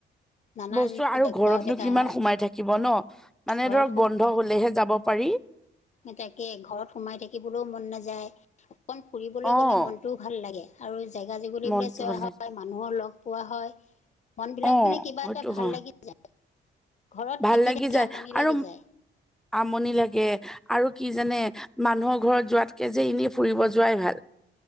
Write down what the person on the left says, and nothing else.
নানান
জেগাও
দেখা
হয়
ঘৰত
তাকে ঘৰত সোমাই থাকিবলৈও মন নাযায়, অকণ ফুৰিবলৈ
গ'লে মনটোও ভাল লাগে। আৰু জেগা জেগুলি
বোলে চোৱা
হয়,
মানুহৰ লগ পোৱা হয়। মন বিলাক
মানে কিবা
এটা ভাল
লাগি যায়। ঘৰত
থাকি-থাকি
আমনি
লাগি যায়।